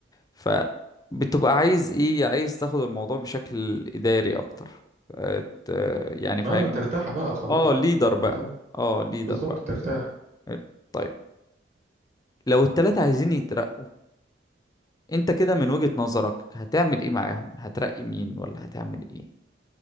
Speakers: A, on the left; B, on the right.
A: فبتبقى عايز ايه عايز تاخد الموضوع بشكل اداري اكتر آه، ت- يعني فاهم
B: اه ترتاح بقى خلاص
A: اه
B: بقى
A: ليدر بقى
B: ترتاح
A: اه ليدر
B: بالظبط
A: بقى
B: ترتاح
A: حلو. طيب لو التلاتة عايزين يترقوا انت كده من وجهة نظرك هتعمل ايه معاهم هترقي مين ولا هتعمل ايه